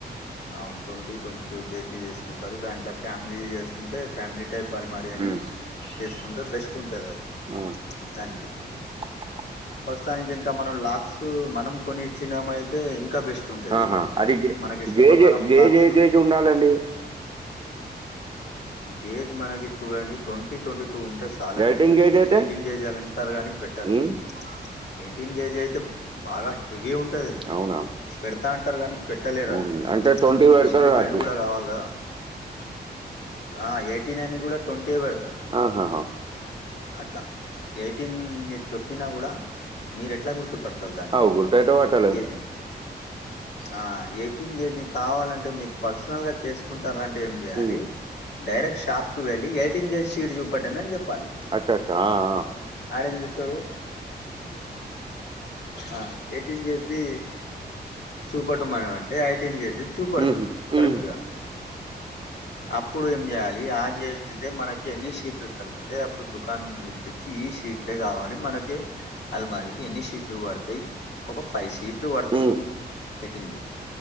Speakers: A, on the left; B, on the right.
A: అవున్ ట్వంటీ, ట్వంటీ టూ కేజీ తీసుక్ కుంటారు దాంట్లో ఫ్యామిలీ చేసుకుంటే ఫ్యామిలీ టైప్ అల్మరి అని
B: ఉమ్
A: చేసుకుంటే బెస్ట్ ఉంటుంది అది
B: ఆ
A: తని
B: <inaudible>
A: ప్రస్తుతానికి ఇంకా మనం లాక్స్ మనం కొనిచ్చినమయితే ఇంకా బెస్ట్ ఉంటది
B: ఆహా అది గే
A: మనకి ఇష్ట ప్రకారం
B: గేజే గేజ్
A: లాక్స్
B: ఏ గేజ్ ఉండాలండి
A: గేజ్ మనకి చూడండి ట్వంటీ, ట్వంటీ టూ ఉంటే చాలండి
B: లైటింగ్ గేజ్ అయితే
A: ఎయిటీన్ కేజీలు అంటారు కానీ పెట్టారు
B: ఉమ్
A: ఎయిటీన్ కేజీ అయితే బాగా హెవీ ఉంటది
B: అవునా
A: పెడతా అంటారు కానీ పెట్ పెట్టలేరాల్లు
B: ఉమ్ అంటే ట్వంటీ పెడతారు
A: మిషన్కి
B: కావచ్చు
A: బెండ్ కూడా కావాలి కదా ఆ ఎయిటీన్ అని కూడా ట్వంటీ పెడతారు
B: ఆహాహా
A: అట్లా ఎయిటీన్ మీర్ చెప్పినా గూడా మీరు ఎట్లా గుర్తుపడతారు దాన్ని
B: అవు గుట్టయితే పట్టలే
A: గేజ్ని ఆ ఎయిటీన్ కేజీ కావాలంటే మీ పర్సనల్ గా చేసుకుంటారంటే ఏం చేయాలి
B: ఉమ్
A: డైరెక్ట్ షాప్కు వెళ్ళి ఎయిటీన్ కేజి షీట్ చూపట్టెండి అని జెప్పాలి
B: అట్టట్టా ఆ ఆ
A: ఆడేం జేస్తాడు ఆ ఎయ్టీన్ కేజ్ది చూపెట్టుమంటే ఎయిటీన్ కేజీ చూపెడుతాడు
B: ఉహు
A: కరెక్ట్
B: ఉమ్
A: గా అప్పుడు ఏం చేయాలి ఆ గేజ్ది మనకి ఎన్ని షీట్లు తలుగుతే అప్ ఇప్పుడు దుకాన్ ను పిలిపిచ్చి ఈ షీట్లే కావాలి మనకి అలమారికి ఎన్ని షీట్లు పడతాయ్ ఒక ఫైవ్ షీట్లు పడతాయ్
B: ఉమ్
A: ఎయిటీన్ది